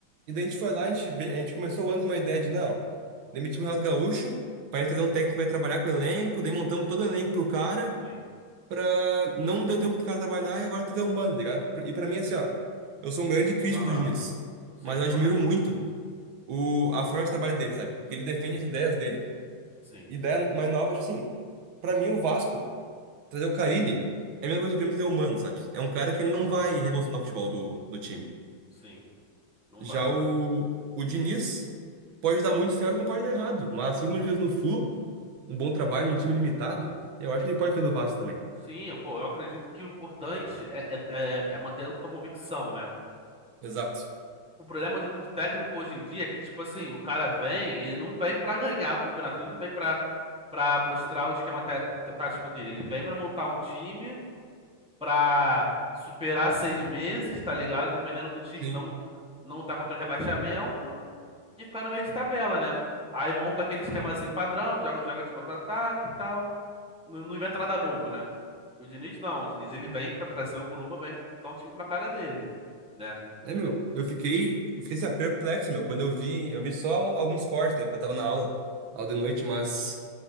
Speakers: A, on the right; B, in the centre.
A: e daí a gente foi lá, a gente, ve- a gente começou o ano com uma ideia de, não, demitimos o Renato Gaúcho, pra gente trazer um técnico que vai trabalhar com o elenco, daí montamos todo o elenco pro cara,
B: Sim,
A: pra não deu tempo pro cara trabalhar e agora tá dando um bando, tá ligado? E pra mim, é assim, ó, eu sou um grande crítico
B: aham,
A: do Diniz,
B: sim,
A: mas eu
B: correto.
A: admiro muito o, a forma de trabalho dele, sabe? Que ele defende
B: Uhum.
A: as ideias dele.
B: Sim,
A: Ideia mais nova, tipo assim, pra mim o Vasco. Trazer o Carille é a mesma coisa que o Grêmio trazer o Mano, sabe? É um cara que ele
B: aham,
A: não vai revolucionar o futebol do, do time.
B: sim, não
A: Já
B: vai.
A: o, o Diniz pode dar muito certo, como pode dar errado. Mas assim como
B: É.
A: ele fez no Flu, um bom trabalho num time limitado, eu acho que ele pode fazer no Vasco também.
B: Sim, pô, eu acredito que o importante é, é, é é manter a tua convicção, né?
A: Exato.
B: O problema de muito técnico hoje em dia é que, tipo assim, o cara vem, ele não vem pra ganhar o campeonato, ele não vem pra para mostrar o esquema tá- tá- tático dele, ele vem pra montar um time pra superar seis meses, tá ligado? Dependendo do time
A: Sim.
B: não, não tá contra o rebaixamento e ficar no meio de tabela, né? Aí monta aquele esquemazinho padrão, joga, joga de contra-ataque e tal. Não, não inventa nada novo, né? E o Diniz não, o Diniz ele vem pra trazer algo novo, vem dar um time na cara dele, né?
A: É, meu, eu fiquei, eu fiquei assim, ó, perplexo, meu, quando eu vi, eu vi só alguns cortes, né, porque eu tava na aula, aula de noite, mas